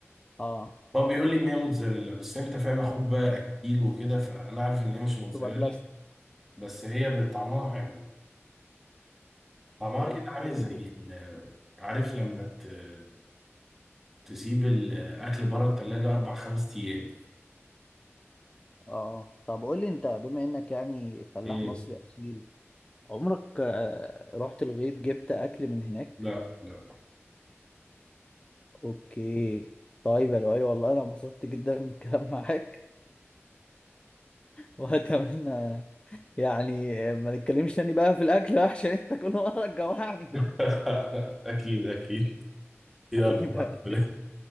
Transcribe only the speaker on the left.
اه
تبقى بلاستيك
اوكي
اه طب قول لي انت بما انك يعني فلاح
مصري اصيل عمرك آه، رحت الغيط جبت اكل من هناك
اوكي طيب يا لؤي والله انا انبسطت جدا من الكلام معاك واتمنى يعني ما نتكلمش تاني بقى في الاكل <laughs> عشان انت كل مره تجوعني
<laughs> حبيبي